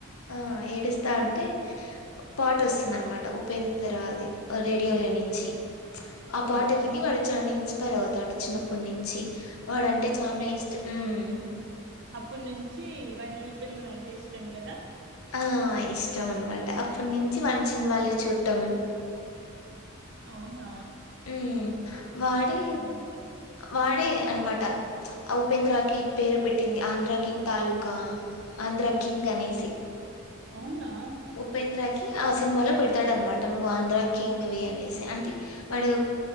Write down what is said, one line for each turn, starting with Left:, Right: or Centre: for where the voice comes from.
Left: ఆ ఏడుస్తా అంటే పాట వస్తుంది అనమాట ఉపేంద్రది రేడియో లో నుంచి ఆ
Right: ఓ
Left: పాట విని వాడు చా ఇన్స్పైర్ అవుతాడు చిన్నప్పటి నుంచి వాడంటే చనా ఇష్టం మ్
Right: అప్పుడు నుంచి వాడికి చెప్పింది అంటే ఇష్టం కదా
Left: ఆ ఇష్టం అనమాట అప్పటి నుంచి వంచి సిని సిని మళ్ళి చూట్టం
Right: అవునా
Left: హమ్ వాడే
Right: ఉమ్.
Left: వాడే అనమాట ఉపేంద్రకిి పేరు పెట్టింది ఆంధ్ర కింగ్ తాలూకా ఆంధ్ర కింగ్ అనేసి
Right: అవునా
Left: ఉపేంద్రకి ఆ సినిమాలో పెడతాడ అనమాట నువ్ ఆంధ్ర కింగ్ వే అనేసి అంటే వాడు